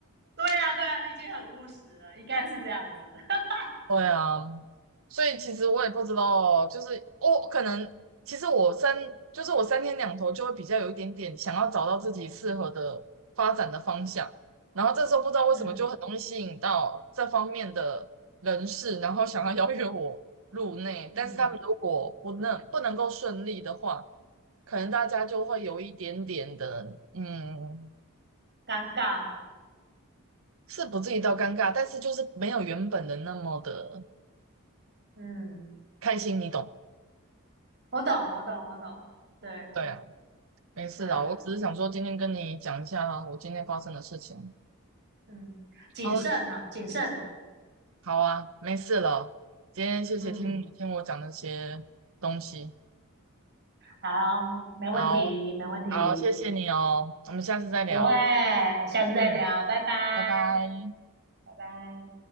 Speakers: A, on the right; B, on the right.
A: 对呀，对呀，你已经很务实了，应该是这样子。<laughs>
B: 对啊，所以其实我也不知道，就是我可能其实我三就是我三天两头就会比较有一点点想要找到自己适合的发展的方向，然后这时候不知道为什么就很容易吸引到这方面的人士，
A: 嗯
B: 然后想要邀约我入内，
A: 嗯，
B: 但是他们如果不能不能够顺利的话，可能大家就会有一点点的嗯，
A: 尴尬嘛。
B: 是不至于到尴尬，但是就是没有原本的那么的
A: 嗯，
B: 开心，你懂吗？
A: 我懂，我懂，我懂。对
B: 对啊。没事啦，
A: 对啊，
B: 我只是想说今天跟你讲一下我今天发生的事情。
A: 嗯，谨慎啊，
B: 好了，
A: 谨慎。
B: 好啊，没事了。今天谢谢听你听我讲那些东西，
A: 嗯，好，没问题，
B: 好
A: 没问题。
B: 好，谢谢你哦，我们下次再聊。
A: 不会，下次再聊，
B: 嗯，
A: 拜拜。
B: 拜拜。
A: 拜拜。